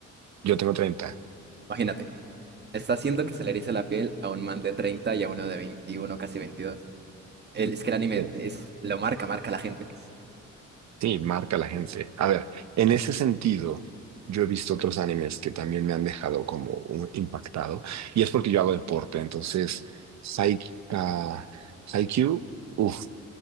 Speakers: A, on the right; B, on the right.
A: yo tengo treinta
B: Imagínate, está haciendo que se le erice la piel a un man de 30 y a uno de 21, casi veintidós El, es que el anime
A: Sí,
B: es, lo marca, marca a la gente.
A: sí, marca la gente. A ver, en ese sentido, yo he visto otros animes que también me han dejado como un- impactado, y es porque yo hago deporte, entonces, Psy, ah, Haikyuu, uff,